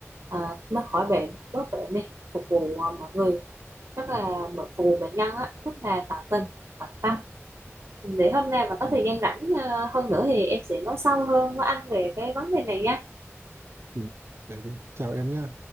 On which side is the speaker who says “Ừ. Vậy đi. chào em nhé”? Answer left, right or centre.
Right